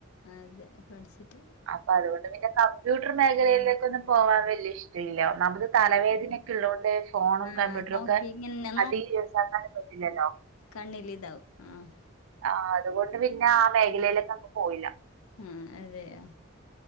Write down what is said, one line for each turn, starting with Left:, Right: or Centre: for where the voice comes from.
Left: അതെ പട്ച്ചിട്ട്
Right: അപ്പൊ അതുകൊണ്ട് പിന്നെ കമ്പ്യൂട്ടർ മേഖലയിലേക്കൊന്നും പോവാൻ വല്യ ഇഷ്ടല്ല ഒന്നാമത് തലവേദനൊക്കെയുള്ളോണ്ട് ഫോണും
Left: ആ
Right: കമ്പ്യൂട്ടറും
Left: നോക്കി
Right: ഒക്കെ
Left: ഇങ്ങനെ
Right: അധികം യൂസാക്കാനും പറ്റില്ലല്ലോ.
Left: കണ്ണില് ഇതാവും ആഹ്
Right: ആഹ് അതുകൊണ്ട് പിന്നെ ആ മേഖലയിലേക്കെങ്ങ് പോയില്ല.
Left: ആ അതെയോ